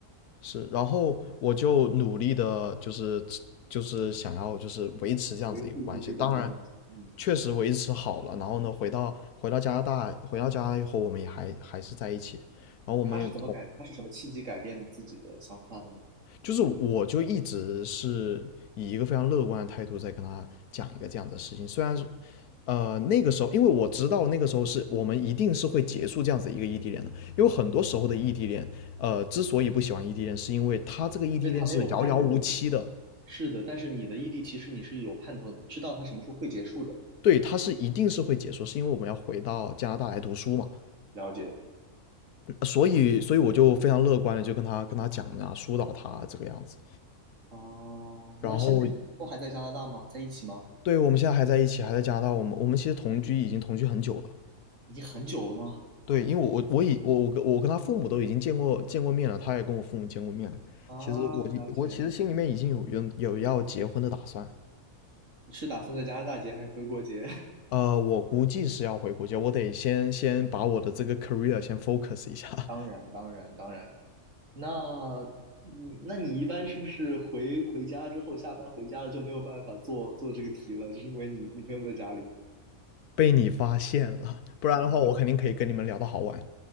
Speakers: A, on the left; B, on the right.
A: 是，然后我就努力的，就是就是想要就是维持这样子一个关系。
B: 维护住这段关系。
A: 当然，嗯
B: 嗯，
A: 确实维持好了。然后呢，回到回到加拿大，回到加拿大以后，我们也还还是在一起。然后我们也嗯同
B: 他是怎么改，他是什么契机改变自己的想法的呢？
A: 就是我就一直是以一个非常乐观的态度在跟他讲一个这样的事情，虽然是，呃，那个时候因为我知道那个时候是我们一定是会结束这样子一个异地恋的，因为很多时候的异地恋，呃，之所以不喜欢异地恋，是因为他这个异地恋是遥遥无期的。
B: 因为他没有盼头了。是的，但是你的异地其实你是有盼头，知道它什么时候会结束的。
A: 对，他是一定是会结束，是因为我们要回到加拿大来读书嘛，
B: 了解。
A: 所以，所以我就非常乐观的就跟他跟他讲啊，疏导他啊这个样子。
B: 哦，
A: 然后，
B: 那现在你们都还在加拿大吗？在一起吗？
A: 对，我们现在还在一起，还在加拿大，我们我们其实同居已经同居很久了，
B: 已经很久了吗？
A: 对，因为我我已我我跟我跟他父母都已经见过见过面了，他也跟我父母见过面了。
B: 啊，
A: 其实我已我其实心里面已经有有有要结婚的打算，
B: 了解。你是打算在加拿大结还是回国结？<laughs>
A: 呃，我估计是要回国家，我得先先把我的这个 career 先 focus 一下。<laughs>
B: 当然，当然，当然。那，嗯那你一般是不是回回家之后，下班回家了就没有办法做做这个题了？就是因为你女朋友在家里。
A: 被你发现了，不然的话我肯定可以跟你们聊到好晚。